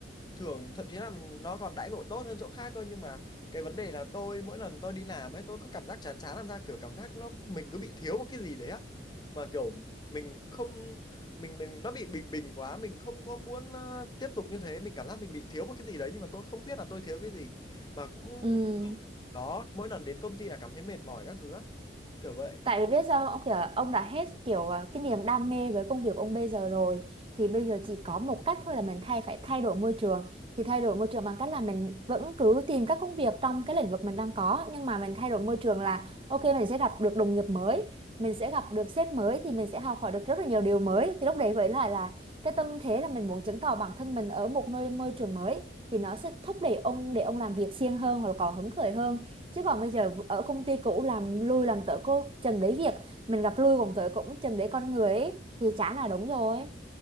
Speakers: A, on the left; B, on the right.
A: thưởng thậm chí là nó còn đãi ngộ tốt hơn chỗ khác cơ nhưng mà cái vấn đề là tôi mỗi lần tôi đi làm ấy tôi cứ cảm giác chán chán làm ra kiểu cảm giác nó mình cứ bị thiếu một cái gì đấy á mà kiểu mình không mình mình nó bị bình bình quá mình không có muốn ờ, tiếp tục như thế mình cảm giác mình bị thiếu một cái gì đấy nhưng mà tôi không biết là tôi thiếu cái gì mà cũng
B: ừ.
A: đó mỗi lần đến công ty là cảm thấy mệt mỏi các thứ á kiểu vậy
B: Tại vì biết sao ông kiểu ông đã hết kiểu à, cái niềm đam mê với công việc ông bây giờ rồi thì bây giờ chỉ có một cách thôi là mình thay phải thay đổi môi trường thì thay đổi môi trường bằng cách là mình vẫn cứ tìm các công việc trong cái lĩnh vực mình đang có nhưng mà mình thay đổi môi trường là ok mình sẽ gặp được đồng nghiệp mới mình sẽ gặp được sếp mới thì mình sẽ học hỏi được rất là nhiều điều mới thì lúc đấy với lại là cái tâm thế là mình muốn chứng tỏ bản thân mình ở một nơi môi trường mới thì nó sẽ thúc đẩy ông để ông làm việc siêng hơn hoặc là có hứng khởi hơn chứ còn bây giờ ở công ty cũ làm lui làm tới cô chừng đấy việc mình gặp lui còn tới cũng chừng đấy con người ấy, thì chả là đúng rồi